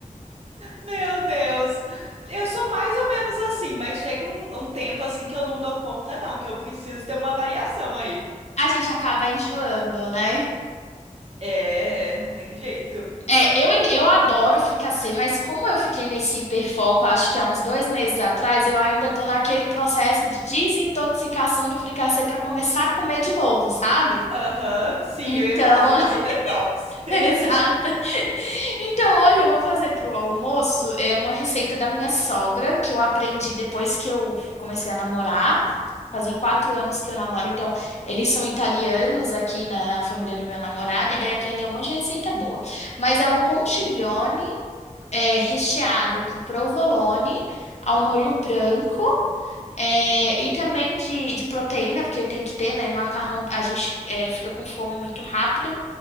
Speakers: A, on the right (about 50°); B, on the left (about 55°).
A: Meu Deus, eu sou mais ou menos assim, mas chega um, um tempo assim que eu não dou conta, não, que eu preciso ter uma variação aí.
B: A gente acaba enjoando, né?
A: É, não tem jeito.
B: É, eu, eu adoro fricassê, mas como eu fiquei nesse hiperfoco, acho que há uns dois meses atrás, eu ainda tô naquele processo de desintoxicação do fricassê para começar a comer de novo, sabe?
A: Aham, sim,
B: Então,
A: eu ia falar, você tá no detox.
B: <laughs>
A: <laughs>
B: exato. Então, hoje eu vou fazer pro almoço é uma receita da minha sogra que eu aprendi depois que eu comecei a namorar. Fazem quatro anos que eu namoro, então eles são italianos aqui na família do meu namorado, e daí aprendeu um monte de receita boa. Mas é um conchiglione
A: Hum,
B: é, recheado com provolone ao molho branco. é, e também de, de proteína, porque tem que ter, né? Macarrão, a gente é, fica com fome muito rápido.